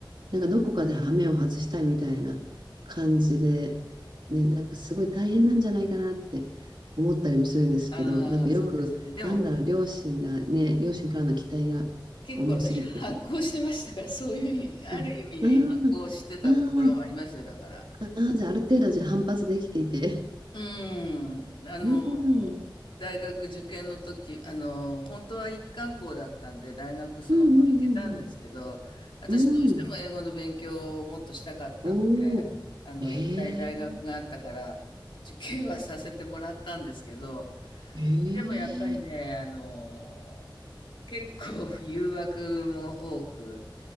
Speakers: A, on the right; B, on the left.
A: なんかどこかで羽目を外したいみたいな感じで、ね、なんかすごい大変なんじゃないかなって思ったりもするんですけど、
B: ああ、
A: なんかよく、
B: そうですね。でも、
A: なんだろう、両親がね、両親からの期待が重すぎて、
B: 結構私反抗してましたから、そういう、ある意味反抗してたところもありますよ、
A: あ、あーあー、
B: だから。
A: あーじゃあある程度じゃあ反発できていて、
B: うん、
A: <laughs>
B: あの、
A: うん、うん
B: 大学受験の時、あの、本当は一貫校だったんで、大学そのまま行けたんですけど、
A: うん
B: 私どうしても英語の勉強をもっとしたかったので、
A: うんうん、うん、おお、
B: あの、
A: えー
B: 行きたい大学があったから、受験はさせてもらったんですけど、
A: ええ
B: でもやっぱりね、あの、結構誘惑も多く、